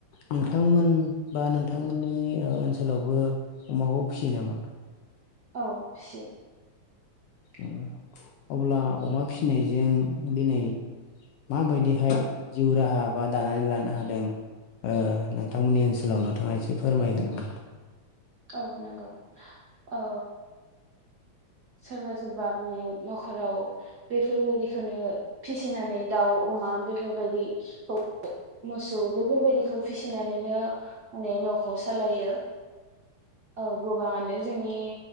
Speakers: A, on the left; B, on the right.
A: नोंथांमोन बा नोंथां नोंथांमोननि ओनसोलावबो अमाखौ फिसियो नामा
B: औ फिसियो <inaudible>
A: उम अब्ला अमा फिसिनायजों दिनै माबायदिहाय जिउ राहा बा दानानै लानो हादों। ओ नोंथांमोननि ओनसोलाव नोंथाङा एसे फोरमायगोन नामा?
B: औ नंगौ औ सोरबा सोरबा माने न'खराव बेफोरबायदिखौनो फिसिनानै दाउ अमा बेफोरबायदिखौ मोसौ बेफोरबायदिखौ फिसिनानैनो माने न'खौ सालायो औ गोबाङानो जोंनि